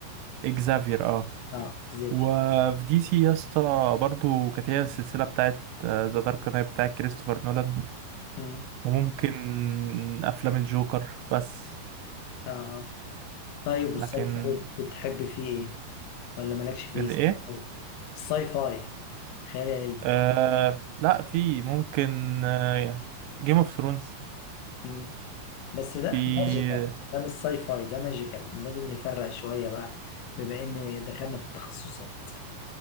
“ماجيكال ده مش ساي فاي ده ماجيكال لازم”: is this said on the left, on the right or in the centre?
Left